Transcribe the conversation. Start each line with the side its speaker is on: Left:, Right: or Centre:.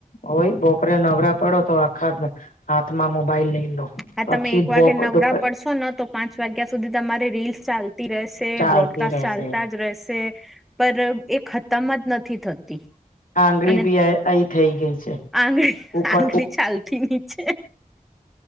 Left: હોય બોપોરે નવરા પડો તો આખા હાથમાં મોબાઈલ લઈ લો.
Centre: હા તમે
Left: આખી
Centre: એક વાગે
Left: બપ
Centre: નવરા પડશો ને તો પાંચ વાગ્યા સુધી તમારી રીલ્સ ચાલ રહેશે
Left: ચાલતી
Centre: બ્રોડકાસ્ટ
Left: રહેશે
Centre: ચાલતા જ રહેશે પર એક ખતમ જ નથી થતી.
Left: આંગળી
Centre: અને
Left: બી આ આ થઈ ગઈ છે.
Centre: આંગળી
Left: ઉપર
Centre: આંગળી ચાલથી નીચે.